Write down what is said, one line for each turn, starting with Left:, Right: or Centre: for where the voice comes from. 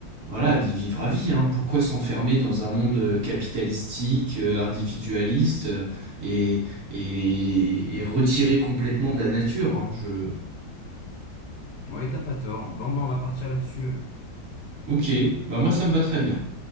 Right: Voilà, d'y vivre à vie, hein. Pourquoi s'enfermer dans un monde euh, capitalistique, euh, individualiste, euh, et, et, et retiré complètement de la nature, hein. Je...
Left: Ouais, t'as pas tort. Bon, ben, on va partir là-dessus.
Right: Ok, bah moi ça me va très bien.